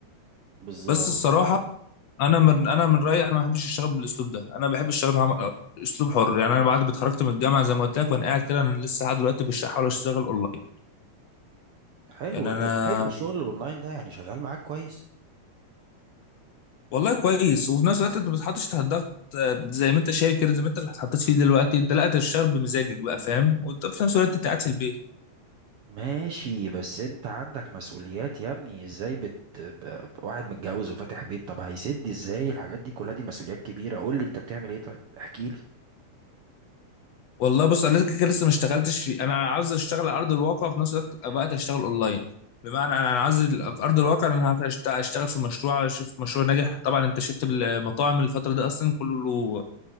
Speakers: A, on the right (about 60°); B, on the left (about 65°).
A: بالظبط
B: بس الصراحه انا
A: مم.
B: من انا من رايي انا ما بحبش اشتغل بالاسلوب ده انا بحب اشتغل عم- اسلوب حر يعني انا بعد ما اتخرجت من الجامعه زي ما قلت لك وانا قاعد كده انا لسه لحد دلوقتي مش بحاول اشتغل اونلاين
A: حلو
B: يعني انا
A: حلو الشغل الاونلاين ده يعني شغال معاك كويس
B: والله كويس وفي نفس الوقت انت ما بتتحطش تحت ضغط آه، زي ما انت شايف كده زي ما انت اللي اتحطيت فيه دلوقتي انت لا أنت بتشتغل بمزاجك بقى فاهم وانت في نفس الوقت انت قاعد في البيت
A: ماشي بس انت عندك مسؤوليات يا ابني ازاي بت... ب- واحد متجوز وفاتح بيت طب هيسد ازاي الحاجات دي كلها دي مسؤوليات كبيرة قول لي انت بتعمل ايه طيب احكي لي
B: والله بص انا لسه كده لسه ما اشتغلتش في انا عاوز اشتغل على ارض الواقع وفي نفس الوقت الوقت اشتغل اونلاين بمعنى انا أنا عاوز ال-
A: مم.
B: في ارض الواقع انا هشت- هشتغل في مشروع اشوف مشروع ناجح طبعا انت شفت المطاعم الفتره دي اصلا كله